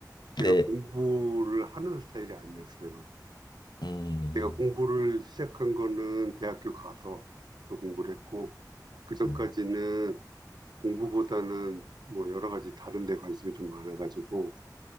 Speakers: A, on the right; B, on the left.
A: 제가
B: 네.
A: 공부를 하는 스타일이 아니었어요.
B: 음.
A: 제가 공부를 시작한 거는 대학교 가서 공부를 했고, 그 전까지는
B: 음.
A: 공부보다는 뭐 여러 가지 다른 데 관심이 좀 많아가지고,